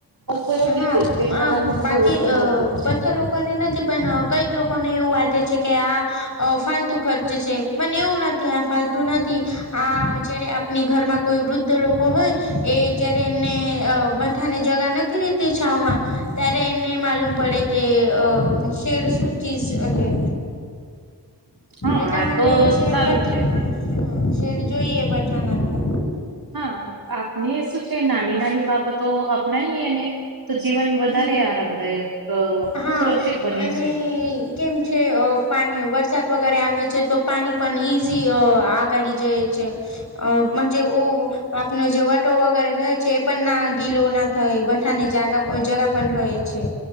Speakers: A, on the right; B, on the left.
A: ઉપયોગી
B: હા
A: છે શેડ લગાવવાનો
B: આ
A: તો
B: બાકી
A: ભવિષ્યમાં ઉપયોગ છે
B: બછા લોકોને નથી પણ કઈક લોકોને એવું વાટે છે કે આ ફત ખર્ચ છે પણ એવું નથી આ ફતું નથી આ જ આપ ઘરમાં કોઈ વૃદ્ધ લોકો હોય એ જ્યારે એને બથાને જગા નથી રેતી છાવ માં ત્યારે એને માલુમ પડે કે શેડ શું ચીઝ હે
A: હા
B: એટલા
A: આ
B: માટે
A: તો
B: શેડઠા
A: સારું જ છે
B: શેડ જોઈએ બઠાના ઘ
A: હા આપને શું છે નાની નાની બાબતો અપનાવીને તો જીવન વધારે
B: હમ
A: આરામદાયક
B: હા
A: સુરક્ષિત બને
B: અને
A: છે
B: કેમ છે પાણી વરસાદ વગેરે આવે છે તો પાણી પણ ઇઝી આગાળ જાય છે અજે ઓ આપનો જે વટો વગેરે રહે છે એ પણ ના ગીલો ના થાય બઠાને જાગા જગા પણ રહે છે